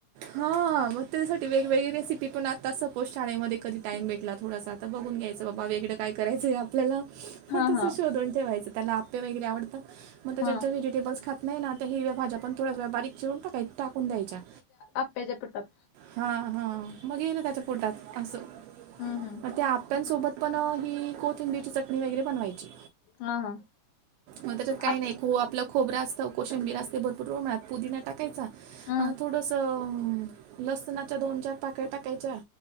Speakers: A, on the right; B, on the left.
A: हा मग त्यासाठी वेगवेगळी रेसिपी पण आता सपोज शाळेमध्ये कधी टाइम भेटला थोडासा ता बघून घ्यायचं बा बा इकडें काय करायचंय आपल्याला
B: हां,
A: मग तसं
B: हां,
A: शोधून ठेवायचं त्याला आपे वगैरे आवडतातग त्याच्या
B: हां.
A: व्हेजिटेबल्स खातात नाही ना आ हिरव्याज पण थड्या वेळा बारीक चिरून टाकाय टाकून द्यायच्या
B: आपे ज पुटत
A: हा हा मग येल त्याच्या पोटात असं
B: हं, हं.
A: मग त्या आप्यांसोबत पण ही कोथिंबीरची चटणी वगैरे बनवायची
B: हा हां
A: मग त्याच्यात काही
B: आप
A: नाही खू आपला खोबं असत कोशंबीर असते ब पु पुदीना टाकायचा
B: हं,
A: थोड त, लसणाच्या दोन चार पाकळ्या टाकायच्या,